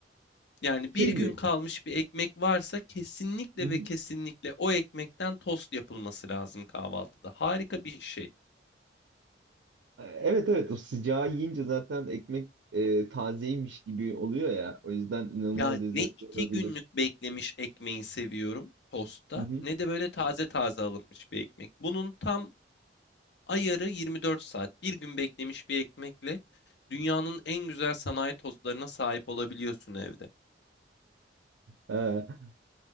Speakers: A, on the left; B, on the right.
A: Yani
B: Şey
A: bir gün
B: mi?
A: kalmış bir ekmek varsa kesinlikle
B: Hı hı.
A: ve kesinlikle o ekmekten tost yapılması lazım kahvaltıda. Harika bir şey.
B: Evet evet o sıcağı yiyince zaten ekmek e, tazeymiş gibi oluyor ya. O yüzden inanılmaz
A: Ya
B: lezzetli
A: ne iki
B: olabilir.
A: günlük beklemiş ekmeği seviyorum tostta
B: Hı hı.
A: ne de böyle taze taze alınmış bir ekmek. Bunun tam Ayarı 24 saat. Bir gün beklemiş bir ekmekle dünyanın en güzel sanayi tostlarına sahip olabiliyorsun evde.
B: Ee,